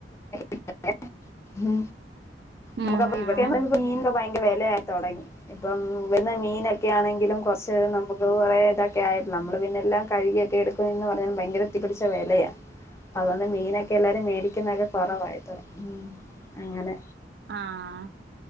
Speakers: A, on the left; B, on the right.
A: <inaudible> ന
B: ഉം
A: മ്മുക്ക് പ്പോ
B: ആഹ്
A: ഇവിടെ മീൻഭയങ്കര വെലാ. തൊടങ്ങി ഇപ്പം ഇവിടുന്ന്മീനൊക്കെ ആണെങ്കിലും കുറച്ച് നമുക്ക് കുറേ ഇതെ ക്കെ യിരുന്നു. നമ്മള് പിന്നെല്ലാം കഴുകിയൊക്കെ എടുക്കും എന്ന് പറഞ്ഞാലു ഭയങ്കര തീ പിടിച്ച വിലയാ അതോണ്ട് മീനൊ ക്കെ എല്ലാരും മേടിക്കുന്നൊക്കെ കുറവായി തൊട ഉം അങ്ങനെ.
B: ആഹ് ആഹ്